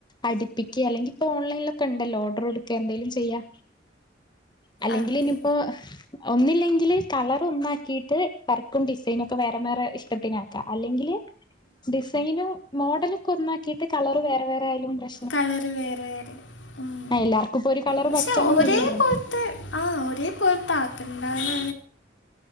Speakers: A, on the left; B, on the left.
A: അടിപ്പിക്ക്യാ അല്ലെങ്കിപ്പൊ ഓൺലൈലൊക്കെണ്ടല്ലോ ഓർഡ്രാടുക്കെ എന്തേലും ചെയ്യാ അല്ലെങ്കില്നിയിപ്പോ
B: അതെ
A: ഒന്നില്ലെങ്കില് കളർ ഒന്നാക്കിട്ട് വർക്കും ഡിസൈനൊക്കെ വേറെ വേറെ ഇഷ്ടത്തിനാക്കാം അല്ലെങ്കില് ഡിസൈനും മോഡലൊക്കെ ഒന്നാക്കിയിട്ട് കളറ് വേറെ വേറെ ആയാലും പ്രശ്
B: കളർ വേറെ വേറെ ഉം
A: ആ എല്ലാർക്കും ഇപ്പൊ ഒരു കളർ
B: പക്ഷെ
A: പറ്റണംന്നില്ലല്ലോ
B: ഒരേ പോൽ അത് ആഹ് ഒരേപോൽത്താക്കണ്ടന്നാണ്